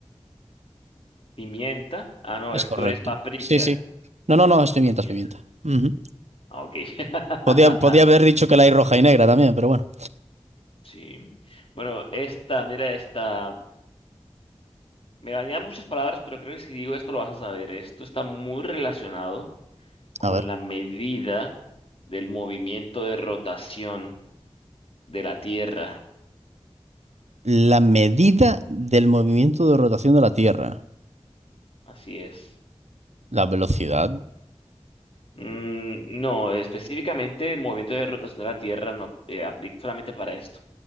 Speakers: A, on the left; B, on the right.
A: pimienta. Ah, no,
B: Es
A: esto
B: correcto.
A: es paprika.
B: Sí, sí. No, no, no, es
A: Ah,
B: pimienta,
A: pimienta.
B: es pimienta. Ujú.
A: Ah, ok. <laughs>
B: Podía, podía haber dicho que la hay roja y negra también, pero bueno.
A: Sí. Bueno, esta, mira esta. Me bañan muchas palabras, pero creo que si digo esto lo vas a saber. Esto está muy relacionado con
B: A ver.
A: la medida del movimiento de rotación de la Tierra.
B: La medida del movimiento de rotación de la Tierra.
A: Así es.
B: La velocidad.
A: Mm, no, específicamente el movimiento de rotación de la Tierra no eh, aplica solamente para esto,